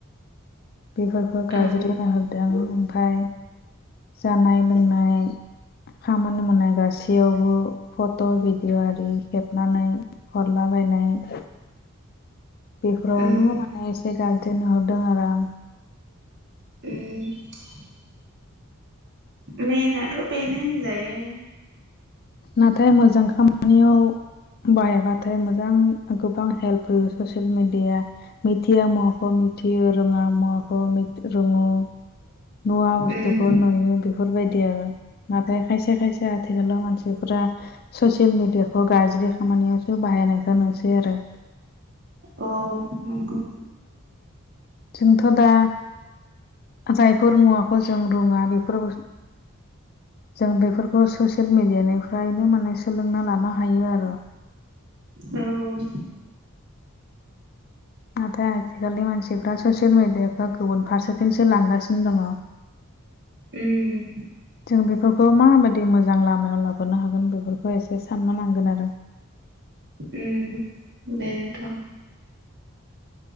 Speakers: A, on the left; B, on the right.
A: बेफोरखौ गाज्रि
B: औ
A: नुहरदो आं ओमफ्राय जानाय लोंनाय खामानि मावनाय गासैयावबो फट' भिडिअ' आरि खेबनानै हरलाबायनाय बेफोराव
B: उम
A: नो माने एसे गाज्रिनो नुहरदों आरो आं
B: उम मेनाथ' बेनो होनजायो
A: नाथाय मोजां खामानियाव बाहायबाथाय मोजां गोबां हेल्प होयो ससियेल मेडिया मिथिया मुवाखौ मिथियो रोङा मुवाखौ मिथ रोङो नुवा बुस्थुखौ
B: उम
A: नुयो बेफोरबायदि आरो नाथाय खायसे खायसे बे आथिखालाव मानसिफोरा ससियेल मिडियाखौ गाज्रि खामानियावसो बाहायनायखौ नुसै आरो
B: औ नंगौ
A: जोंथ' दा जायफोर मुवाखौ जों रोङा बेफोर जों बेफोरखौ ससियेल मिडियानिफ्रायनो माने सोलोंना लानो हायो आरो
B: औ
A: नाथाय आथिखालनि मानसिफ्रा ससियेल मिडियाखौ गुबुन फारसेथिंसो लांगासिनो दङ
B: उम
A: जों बेफोरखौ माबायदि मोजां लामायाव लाबोनो हागोन बेफोरखौ एसे साननो नांगोन आरो
B: उम बेनोथ'